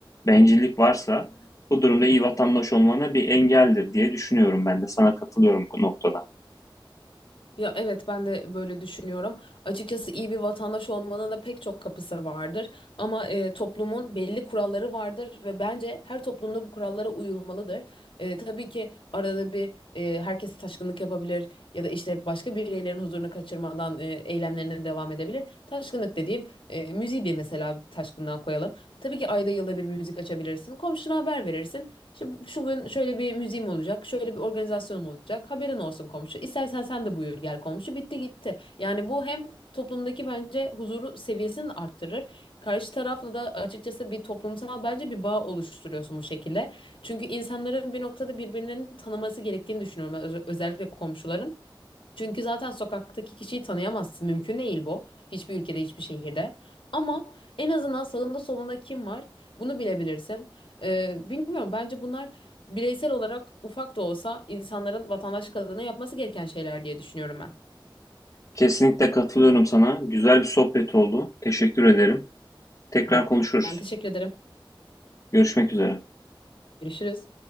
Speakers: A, on the left; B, on the left.
A: bencillik varsa bu durumda iyi vatandaş olmana bir engeldir diye düşünüyorum ben de. Sana katılıyorum bu noktada.
B: Ya evet ben de böyle düşünüyorum. Açıkçası iyi bir vatandaş olmanın da pek çok kapısı vardır. Ama e, toplumun belli kuralları vardır ve bence her toplumda bu kurallara uyulmalıdır. E, tabii ki arada bir e, herkes taşkınlık yapabilir ya da işte başka bireylerin huzurunu kaçırmadan e, eylemlerine devam edebilir. Taşkınlık dediğim e, müziği de mesela taşkınlığa koyalım. Tabii ki ayda yılda bir müzik açabilirsin. Komşuna haber verirsin. İşte bu- şu gün şöyle bir müziğim olacak, şöyle bir organizasyonum olacak. Haberin olsun komşu. İstersen sen de buyur gel komşu. Bitti gitti. Yani bu hem toplumdaki bence huzuru seviyesini arttırır. Karşı tarafla da açıkçası bir toplumsal bence bir bağ oluşturuyorsun bu şekilde. Çünkü insanların bir noktada birbirlerini tanıması gerektiğini düşünüyorum. ben, öz- özellikle komşuların. Çünkü zaten sokaktaki kişiyi tanıyamazsın. Mümkün değil bu. Hiçbir ülkede, hiçbir şehirde. Ama en azından sağında solunda kim var bunu bilebilirsin. Ee, bilmiyorum bence bunlar bireysel olarak ufak da olsa insanların vatandaşlık adına yapması gereken şeyler diye düşünüyorum ben.
A: Kesinlikle katılıyorum sana. Güzel bir sohbet oldu. Teşekkür ederim. Tekrar
B: Ben
A: konuşuruz.
B: ben teşekkür ederim.
A: Görüşmek üzere.
B: Görüşürüz.